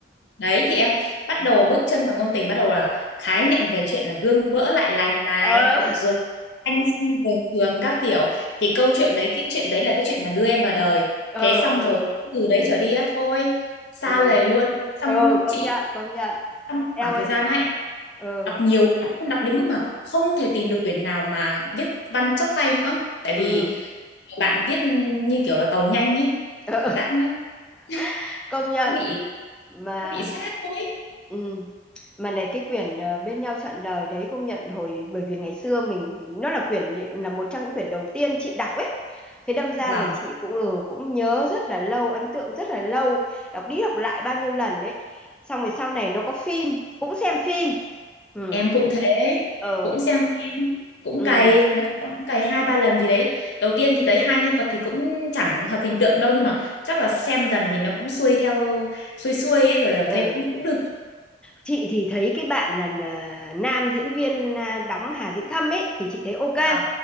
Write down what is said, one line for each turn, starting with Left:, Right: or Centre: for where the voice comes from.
Left: Đấy thì em bắt
Centre: ừ
Left: đầu bước chân vào ngôn tình bắt đầu là khái niệm về chuyện là gương vỡ lại lành này
Centre: ờ <laughs>
Left: rồi anh xong về trường các kiểu thì câu chuyện đấy cái chuyện đấy là cái chuyện mà đưa em vào đời
Centre: ờ
Left: thế xong
Centre: ờ,
Left: rồi từ
Centre: ừ
Left: đấy trở đi á thôi xa
Centre: ừ
Left: lầy luôn xong
Centre: ừ công
Left: chị
Centre: nhận công nhận
Left: trong
Centre: eo
Left: khoảng
Centre: ơi
Left: thời gian ấy
Centre: ừ
Left: đọc nhiều lắm, đọc đến mức mà không thể tìm được quyển nào mà viết văn chắc tay nữa tại
Centre: ừ,
Left: vì bạn viết như kiểu là tàu nhanh ấy
Centre: ừ.
Left: cảm giác nó <laughs>
Centre: <laughs> công nhận
Left: nó bị
Centre: mà
Left: nó bị sát thôi
Centre: ừ. mà này cái quyển ờ, bên nhau trọn đời đấy công nhận hồi bởi vì ngày xưa mình nó là quyển là một trong những quyển đầu tiên chị đọc ấy thế đâm ra
Left: Vâng,
Centre: là chị cũng ừ, cũng nhớ rất là lâu ấn tượng rất là lâu đọc đi đọc lại bao nhiêu lần đấy xong rồi sau này nó có phim cũng xem phim ừ
Left: em cũng thế,
Centre: ờ
Left: cũng xem phim, cũng
Centre: ừ
Left: cày, nói chung là cũng cày hai ba lần gì đấy. Đầu tiên thì thấy hai nhân vật thì cũng chẳng hợp hình tượng đâu nhưng mà chắc là xem dần thì nó cũng xuôi theo xuôi xuôi ấy, rồi là
Centre: ừ
Left: thấy cũng cũng được.
Centre: chị thì thấy cái bạn là, là nam diễn viên à, đóng Hà Dĩ Thâm ấy thì chị thấy ok
Left: Vâng,